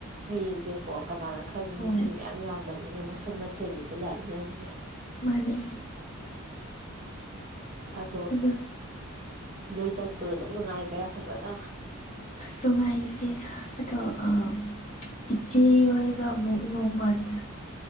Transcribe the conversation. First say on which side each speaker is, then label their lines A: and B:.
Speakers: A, on the right (about 35°); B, on the left (about 35°).
A: ꯃꯤꯁꯦꯀꯣ ꯀꯅꯥꯅ ꯈꯪꯉꯤ
B: ꯍꯣꯏ
A: ꯃꯤ ꯃꯌꯥꯝ ꯌꯥꯝꯕꯟ ꯅꯦꯅ ꯃꯈꯟ ꯃꯊꯦꯟꯅꯦꯕ ꯂꯥꯛꯏ ꯃꯌꯥꯝꯖꯦ
B: ꯃꯥꯅꯦ
A: ꯑꯗꯣ
B: ꯑꯗꯨ
A: ꯅꯣꯏ ꯆꯠꯄꯗꯣ ꯑꯗꯨꯝ ꯅꯨꯡꯉꯥꯏꯈ꯭ꯔꯦ ꯐꯖꯅ
B: ꯅꯨꯡꯉꯥꯏꯔꯤꯁꯦ ꯑꯗꯣ ꯑ ꯏꯆꯦ ꯑꯣꯏꯒ ꯃꯨꯛ ꯅꯣꯡꯃꯠ